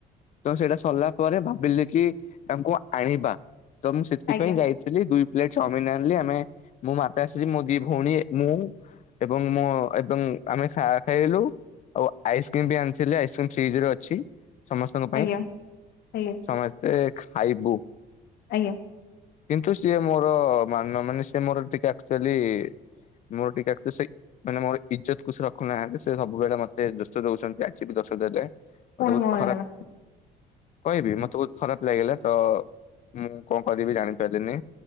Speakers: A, on the left; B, on the left.
A: ତ ସେଇଟା ସରିଲା ପରେ ଭାବିଲି କି ତାଙ୍କୁ ଆଣିବା ତ ମୁଁ ସେଥିପାଇଁ
B: ଆଜ୍ଞା
A: ଯାଇ ଆ ଦୁଇ ପ୍ଲେଟ ଚାଉମିନ ଆଣିଲି ଆମେ ମୋ ମାତାଶ୍ରୀ ମୋ ଦି ଭଉଣୀ ମୁଁ ଏବଂ ମୋ ଏବଂ ଆମେ ଖ ଖାଇଲୁ ଆଉ ଆଇସ୍କ୍ରିମ ବି ଆଣିଥିଲି ଆଇସ୍କ୍ରିମ ଫ୍ରିଜରେ ରଖିଚି। ସମସ୍ତଙ୍କ ପାଇଁ
B: ଆଜ୍ଞା ଆଜ୍ଞା
A: ସମସ୍ତେ ଖାଇବୁ।
B: ଆଜ୍ଞା।
A: କିନ୍ତୁ ସିଏ ମୋର ମାନ ମାନେ ସିଏ ମୋର ଟିକେ ଆକ୍ଚୁଆଲି ମୋର ଟିକେ ଆକଚୁ ସେଇ ମାନେ ମୋର ଇଜତ କୁ ସେ ରଖୁନାହାନ୍ତି ସେ ସବୁବେଳେ ମତେ ଦୋଷ ଦଉଛନ୍ତି ଆଜି ବି ଦୋଷ ଦେଲେ। ମତେ
B: ପୁଣି
A: ବହୁତ
B: କଣ ହେଇଗଲା
A: ଖରାପ କହିବି ମତେ ବହୁତ ଖରାପ ଲାଗିଲା ତ ମୁଁ କଣ କରିବି ଜାଣିପାରିଲିନି।